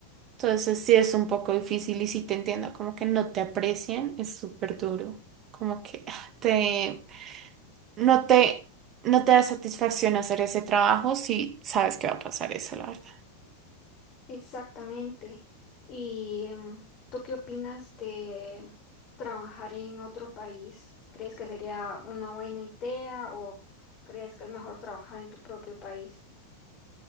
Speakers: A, on the right; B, on the left.
A: Entonces sí es un poco difícil y sí te entiendo, como que no te aprecien, es súper duro, como que ah, te, no te, no te da satisfacción hacer ese trabajo si sabes que va a pasar eso, la verdad.
B: Exactamente. ¿Y em, tú qué opinas de trabajar en otro país? ¿Crees que sería una buena idea o crees que es mejor trabajar en tu propio país?